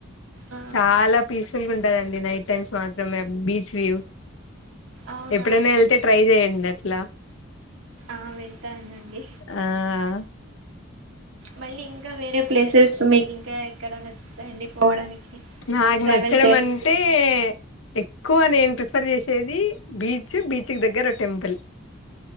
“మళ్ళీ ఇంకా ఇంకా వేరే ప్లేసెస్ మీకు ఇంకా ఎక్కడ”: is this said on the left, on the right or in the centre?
Right